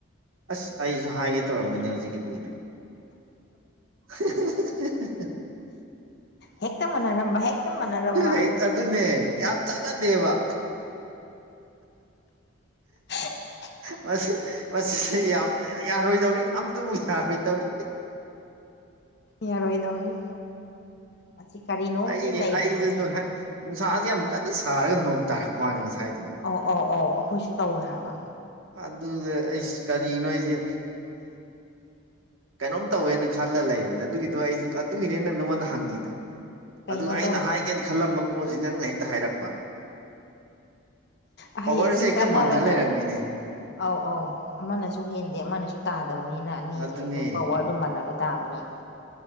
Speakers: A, on the right; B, on the left.
A: ꯑꯁ ꯑꯩꯁꯨ ꯍꯥꯏꯒꯦ ꯇꯧꯔꯝꯕꯅꯦ ꯍꯧꯖꯤꯛꯀꯤꯗꯨ <inaudible>
B: ꯍꯦꯛꯇ ꯃꯅꯔꯝꯕ ꯍꯦꯛꯇ ꯃꯅꯔꯝꯕ
A: ꯍꯦꯛ ꯑꯗꯨꯅꯦ ꯌꯥꯝ ꯆꯥꯟꯅꯗꯦꯕ
B: <inaudible>
A: ꯃꯁꯤ ꯃꯁꯤ ꯌꯥꯝ ꯌꯥꯔꯣꯏꯗꯧꯔꯤ ꯑꯝꯇꯕꯨ ꯌꯥꯔꯣꯏꯗꯧꯔꯤ
B: ꯌꯥꯔꯣꯏꯗꯧꯔꯤ ꯃꯁꯤ ꯀꯔꯤꯅꯣꯝꯗꯤ
A: ꯑꯩ
B: ꯂꯩꯔꯤ
A: ꯑꯩꯗꯨꯗꯣ
B: ꯃꯁꯤ
A: ꯅꯨꯡꯁꯥꯁꯦ ꯌꯥꯝ ꯀꯟꯅ ꯁꯥꯔꯒ ꯅꯣꯡ ꯇꯥꯔꯛꯄ ꯋꯥꯅꯦ ꯉꯁꯥꯏꯗꯣ
B: ꯑꯧ ꯑꯧ ꯑꯧ ꯑꯩꯈꯣꯏꯁꯨ ꯇꯧꯋꯦ ꯍꯥꯏꯕ
A: ꯑꯗꯨꯅꯦ ꯑꯩ ꯀꯔꯤꯅꯣ ꯑꯩꯁꯦ ꯀꯩꯅꯣꯝ ꯇꯧꯋꯦꯅ ꯈꯜꯂ ꯂꯩꯔꯕꯅꯦ ꯑꯗꯨꯒꯤꯗꯣ ꯑꯩꯁꯨ ꯑꯗꯨꯒꯤꯅꯦ ꯅꯪ ꯅꯪꯉꯣꯟꯗ ꯍꯪꯉꯤꯗꯣ
B: ꯀꯩꯅꯣ
A: ꯑꯗꯨꯒ ꯑꯩꯅ
B: ꯇꯧꯁꯦ
A: ꯍꯥꯏꯒꯦꯅ ꯈꯜꯂꯝꯕ ꯄꯣꯠꯁꯤ ꯅꯪꯅ ꯍꯦꯛ ꯍꯥꯏꯔꯛꯄ
B: ꯑꯍꯩ
A: ꯄꯋꯥꯔꯁꯦ
B: ꯑꯁꯤꯡ
A: ꯍꯦꯛꯇ
B: ꯇꯥꯟꯅꯔꯒ
A: ꯃꯥꯟꯅꯔ ꯂꯩꯔꯝꯃꯤꯅꯦ
B: ꯑꯧ ꯑꯧ ꯑꯃꯅꯁꯨ ꯍꯦꯟꯗꯦ ꯑꯃꯅꯁꯨ ꯇꯥꯗꯕꯅꯤꯅ ꯑꯅꯤꯁꯦ
A: ꯑꯗꯨꯅꯦ
B: ꯑꯗꯨꯝ ꯄꯋꯥꯔꯗꯣ ꯃꯥꯟꯅꯕ ꯇꯥꯕꯅꯤꯅꯦ